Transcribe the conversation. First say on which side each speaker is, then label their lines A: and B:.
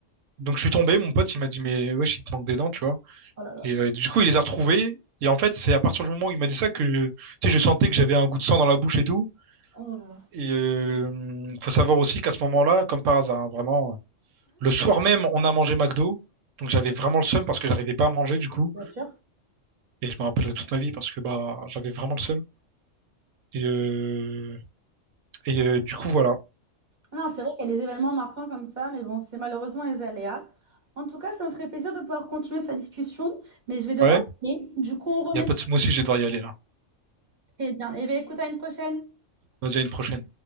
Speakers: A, on the right; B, on the right.
A: Donc je suis tombé, mon pote, il m'a dit, mais ouais, il te manque des dents, tu vois.
B: Oh là là.
A: Et euh, du coup, il les a retrouvées. Et en fait, c'est à partir du moment où il m'a dit ça que tu sais, je sentais que j'avais un goût de sang dans la bouche et tout.
B: Oh là là.
A: Et euh, faut savoir aussi qu'à ce moment-là, comme par hasard, hein, vraiment, le soir même, on a mangé McDo. Donc j'avais vraiment le seum parce que j'arrivais pas à manger du coup.
B: Bien sûr.
A: Et je me rappellerai toute ma vie parce que bah j'avais vraiment le seum. Et, euh, et euh, du coup, voilà.
B: Ah Non, c'est vrai qu'il y a des événements marquants comme ça, mais bon, c'est malheureusement les aléas. En tout cas, ça me ferait plaisir de pouvoir continuer sa discussion, mais je vais devoir
A: Ouais.
B: y aller. Du coup, on remet
A: Y a pas
B: ça.
A: de... Moi aussi, je vais devoir y aller là.
B: Eh bien, eh bien, écoute, à une prochaine.
A: Vas-y, à une prochaine.